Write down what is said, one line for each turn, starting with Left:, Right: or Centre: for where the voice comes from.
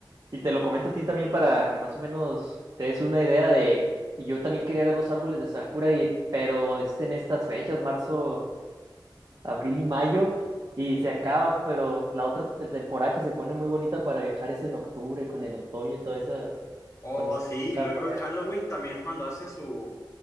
Right: y te lo comento a ti también para que más o menos te des una idea de, y yo también quería ver los árboles de Sakura, y, pero es en estas fechas, marzo, abril y mayo, y se acaba, pero la otra te- temporada que se pone muy bonita para viajar es en octubre, con el otoño y todo eso,
Left: Oh,
Right: cuando se
Left: sí,
Right: empieza
Left: y luego
Right: a poner.
Left: en Halloween también cuando hacen su,